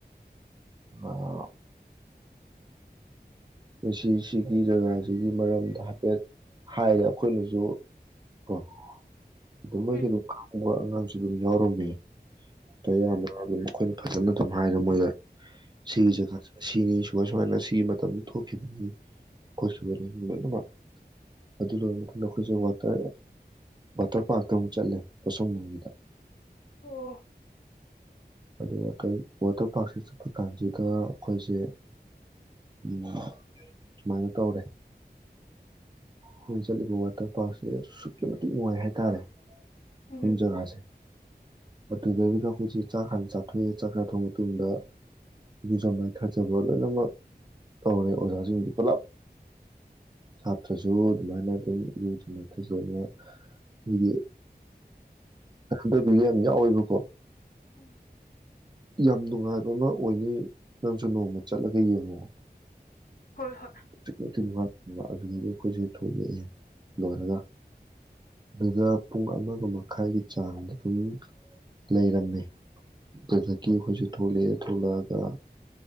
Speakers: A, on the right; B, on the left.
A: ꯑꯥ ꯉꯁꯤ ꯁꯤꯒꯤ ꯖꯒꯥꯁꯤꯒꯤ ꯃꯔꯝꯗ ꯍꯥꯏꯐꯦꯠ ꯍꯥꯏꯔꯦ ꯑꯩꯈꯣꯏꯅꯁꯨ ꯀꯣ ꯑꯗꯨꯝ ꯃꯣꯏꯒꯤ
B: ꯎꯝ
A: ꯑꯗꯨꯝ ꯈꯪꯕ ꯑꯉꯥꯡꯁꯨ ꯑꯗꯨꯝ ꯌꯥꯎꯔꯝꯃꯦ ꯑꯌꯥꯝꯕ ꯑꯗꯨꯝ ꯑꯩꯈꯣꯏꯅ ꯐꯖꯅ ꯑꯗꯨꯝ ꯍꯥꯏꯔꯣ ꯃꯣꯏꯗ ꯁꯤꯒꯤ ꯖꯒ ꯁꯤꯅꯤ ꯁꯨꯃꯥꯏ ꯁꯨꯃꯥꯏꯅ ꯁꯤ ꯃꯇꯝ ꯊꯣꯛꯈꯤꯕꯅꯤ ꯈꯣꯠꯈꯤꯕꯅꯤ ꯂꯣꯏꯅꯃꯛ ꯑꯗꯨ ꯂꯣꯏꯔ ꯃꯇꯨꯡꯗ ꯑꯩꯈꯣꯏꯁꯦ ꯋꯥꯇꯔ ꯋꯥꯇꯔ ꯄꯥꯛꯇ ꯑꯃꯨꯛ ꯆꯠꯂꯦ ꯄꯣꯁꯪꯕꯝꯒꯤꯗ
B: ꯑꯣ
A: ꯑꯗꯨ ꯋꯥꯀꯜ ꯋꯥꯇꯔ ꯄꯥꯔꯛꯁꯦ ꯆꯠꯄ ꯀꯥꯟꯁꯤꯗ ꯑꯩꯈꯣꯏꯁꯦ ꯎꯝ ꯁꯨꯃꯥꯏꯅ ꯇꯧꯔꯦ ꯑꯩꯈꯣꯏꯅ ꯆꯠꯂꯤꯕ ꯋꯥꯇꯔ ꯄꯥꯔꯛꯁꯦ ꯑꯁꯨꯛꯀꯤ ꯃꯇꯤꯛ ꯅꯨꯡꯉꯥꯏ ꯍꯥꯏꯇꯥꯔꯦ
B: ꯎꯝ
A: ꯐꯝ ꯖꯥꯒꯁꯦ ꯑꯗꯨꯗꯩꯗꯨꯗ ꯑꯩꯈꯣꯏꯁꯦ ꯆꯥꯛ ꯍꯥꯟꯅ ꯆꯥꯊꯣꯛꯑꯦ ꯆꯥꯛ ꯆꯥꯊꯣꯛꯑ ꯃꯇꯨꯡꯗ ꯏꯔꯨꯖ ꯃꯥꯏꯊꯖꯕ ꯂꯣꯏꯅꯃꯛ ꯇꯧꯔꯦ ꯑꯣꯖꯥꯁꯤꯡꯁꯨ ꯄꯨꯂꯞ ꯁꯥꯇ꯭ꯔ ꯁꯨ ꯑꯗꯨ ꯃꯥꯏꯅ ꯑꯗꯨꯝ ꯏꯔꯨꯖ ꯃꯥꯏꯊꯖꯕ ꯈꯣꯏꯒꯤ ꯅꯥꯟꯗꯕꯤꯒ ꯌꯥꯝ ꯌꯥꯎꯋꯦꯕꯀꯣ
B: ꯎꯝ
A: ꯌꯥꯝ ꯅꯨꯡꯉꯥꯏꯕ ꯑꯃ ꯑꯣꯏꯅꯤ ꯅꯪꯁꯨ ꯅꯣꯡꯃ ꯆꯠꯂꯒ ꯌꯦꯡꯉꯣꯑꯣ <unintelligible>
B: ꯍꯣꯏ ꯍꯣꯏ
A: ꯑꯗꯨꯗꯒꯤ ꯑꯩꯈꯣꯏꯁꯦ ꯊꯣꯛꯂꯛꯑꯦ ꯂꯣꯏꯔꯒ ꯑꯗꯨꯗ ꯄꯨꯡ ꯑꯃꯒ ꯃꯈꯥꯏꯒꯤ ꯆꯥꯡꯗꯒꯤ ꯂꯩꯔꯝꯃꯦ ꯑꯗꯨꯗꯒꯤ ꯑꯩꯈꯣꯏꯁꯨꯦ ꯊꯣꯛꯂꯛꯑꯦ ꯊꯣꯛꯂꯛꯑꯒ